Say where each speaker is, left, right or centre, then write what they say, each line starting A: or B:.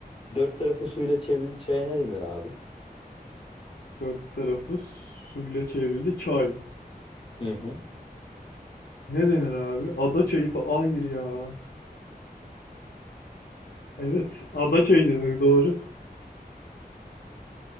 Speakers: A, on the left; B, on the left.
A: Dört tarafı suyla çevrili çaya ne denir abi?
B: Dört tarafı suyla çevrili çay.
A: Hı hı.
B: Ne denir abi? Ada çayı fa... Hayır ya. Evet, ada çayı denir doğru.